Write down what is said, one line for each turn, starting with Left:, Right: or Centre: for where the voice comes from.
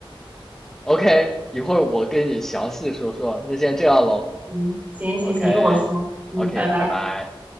Centre: ，OK，一会儿我跟你详细说说，那先这样喽
Right: 嗯，行行行，
Centre: ，OK
Right: 一会儿说。嗯，
Centre: OK，
Right: 拜拜。
Centre: 拜拜。